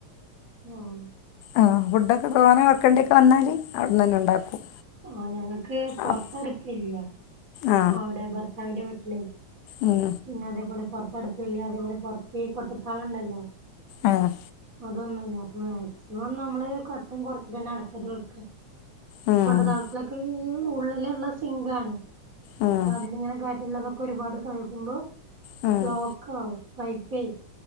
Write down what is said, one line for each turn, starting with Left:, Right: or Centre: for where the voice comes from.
Right: ഉം
Left: ആഹ് ഫുഡൊക്കെ തോനെ വെക്കേണ്ടിക്കെ വന്നാല് അവിടുന്ന് തന്നെ ഉണ്ടാക്കും
Right: ആഹ് ഞങ്ങക്ക് പുറത്ത്
Left: അപ്പ്
Right: അടുപ്പ് ഇല്ല
Left: ആ
Right: അവിടെ ഭർത്താവിന്റെ വീട്ടിലെ
Left: ഉം
Right: പിന്നെ അതേപോലെ പോറത്ത് അടുപ്പില്ല അതേപോലെ പോറത്തേ കൊട്ടത്താളുണ്ടല്ലോ
Left: ആഹ്
Right: അതൊന്നുമില്ല അപ്പൊ മാക്സിമം നമ്മള് കട്ടൻ കൊറച്ച് തന്നെ അടുപ്പത് വെക്കുക
Left: ഉം,
Right: കൊടതാളത്തിലൊക്ക് ഈ ഉള്ളിലിള്ള സിംഗാണ്
Left: ഉം,
Right: അപ്പ അതിലിങ്ങനെ കാറ്റ്ള്ളതൊക്കെ ഒരുപാട് കഴിക്കുമ്പോ
Left: ഉം,
Right: ബ്ലോക്ക് ആവും പൈപ്പേ